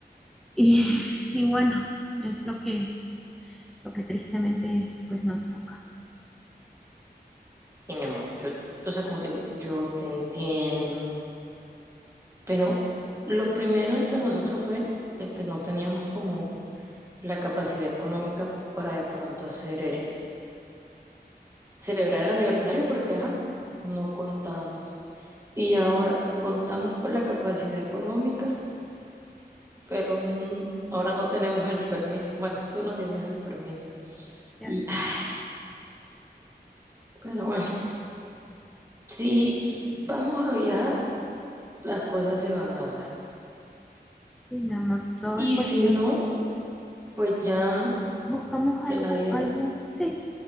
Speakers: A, in the centre; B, on the right.
A: Y, <laughs> y bueno, es lo que, lo que tristemente pues nos toca.
B: Sí, mi amor, yo, o sea, como te digo, yo te entiendo, pero lo primero entre nosotros fue el que no teníamos como la capacidad económica para de pronto hacer el, celebrar el aniversario porque, ajá, no contábamos. Y ahora contamos con la capacidad económica, pero n- ahora no tenemos el permiso. Bueno, tú no tienes el permiso.
A: Ya
B: Y,
A: sé,
B: ay,
A: amor.
B: pero bueno, si vamos a viajar, las cosas se van a dar.
A: Sí, mi amor, todo
B: Y
A: es cuestión.
B: si no, pues ya
A: Buscamos algo,
B: que la vida
A: algo,
B: es
A: sí,